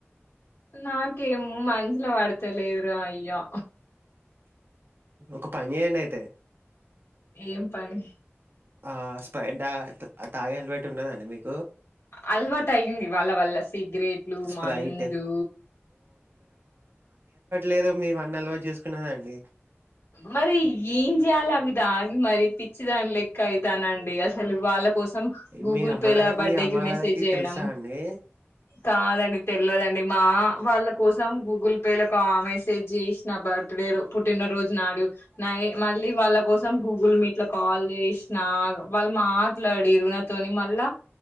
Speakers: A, on the left (about 70°); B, on the right (about 50°).
A: నాకేమో మనసులో పడతలేదు రా అయ్యా
B: ఒక పని చేయండి అయితే
A: ఏం పని
B: ఆ స్పారైట్ తాగే అలవాటు ఉందా అండి మీకు
A: అలవాటు అయింది వాళ్ళ వల్ల సిగరెట్లు
B: స్ప్రైట్
A: మందు
B: లేదు మేము అన్ని అలవాట్టు చేసుకున్నాండి
A: మరి ఏం చేయాలి అవి తాగి మరి పిచ్చి దాని లెక్క అయితనండి అసలు వాళ్ళ కోసం గూగుల్
B: మీ అమ్మ
A: పేల
B: నా
A: బడ్డే
B: మీ అమ్మగారికి
A: కి మెసేజ్ చేయడం,
B: తెలుసా అండి
A: కాదండి తెల్వతండి మీ మామా వాళ్ళ కోసం గూగుల్ పే లకు ఆ మెసేజ్ చేసిన బర్త్డే రో పుట్టినరోజు నా ఏ మళ్ళీ వాళ్ళ కోసం గూగుల్ మీట్ లో కాల్ చేసి నా వాళ్ళు మాట్లాడిరు నా తోని మళ్ళా